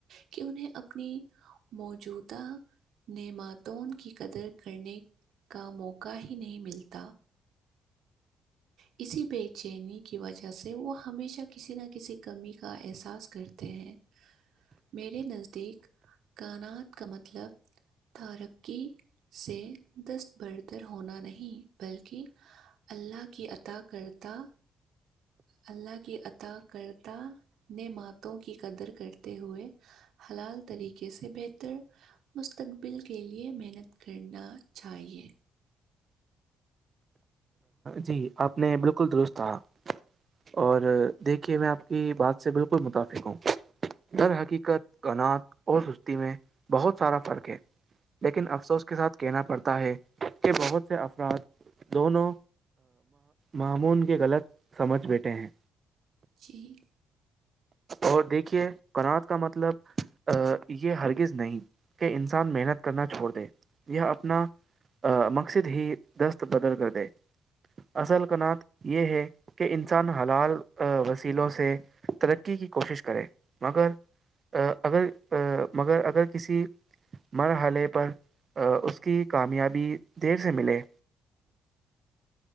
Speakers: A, on the right (about 70°); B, on the right (about 40°).
A: کہ انہیں اپنی موجودہ نعماتوں کی قدر کرنے کا موقع ہی نہیں ملتا اسی بے چینی کی وجہ سے وہ ہمیشہ کسی نہ کسی کمی کا احساس کرتے ہیں میرے نزدیک کاانات کا مطلب ترقی سے دست بردر ہونا نہیں بلکہ اللہ کی عطا کرتاہ اللہ کی عطا کرتا نے ماتوں کی قدر کرتے ہوئے حلال طریقے سے بہتر مستقبل کے لیے محنت کرنا چاہیے
B: جی آپ نے بالکل درست کہا اور دیکھیے میں آپ کی بات سے بالکل متفق ہوں درحقیقت کنات اور سستی میں بہت سارا فرق ہے لیکن افسوس کے ساتھ کہنا پڑتا ہے کہ بہت سے افراد دونوں معمون کے غلط سمجھ بیٹھے ہیں
A: جی
B: اور دیکھیے کنات کا مطلب یہ ہرگز نہیں کہ انسان محنت کرنا چھوڑ دے یہ اپنا مقصد ہی دست بدر کر دے اصل کنات یہ ہے کہ انسان حلال وسیلوں سے ترقی کی کوشش کرے مگر اگر مگر اگر کسی مرحلے پر اس کی کامیابی دیر سے ملے